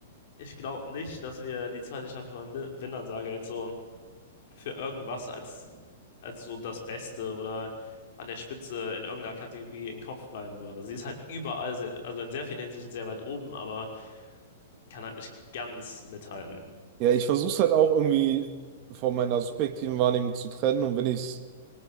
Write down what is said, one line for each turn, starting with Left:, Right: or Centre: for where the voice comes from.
Left: ich glaube nicht, dass wir die zweite Staffel von Win- Vinland Saga jetzt so für irgendwas als, als so das Beste oder an der Spitze in irgendeiner Kategorie im Kopf bleiben würde. Sie ist halt überall, sehr, also in sehr vielen Hinsichten sehr weit oben, aber kann halt nicht ganz mithalten.
Right: Ja, ich versuche es halt auch irgendwie von meiner subjektiven Wahrnehmung zu trennen und wenn ich es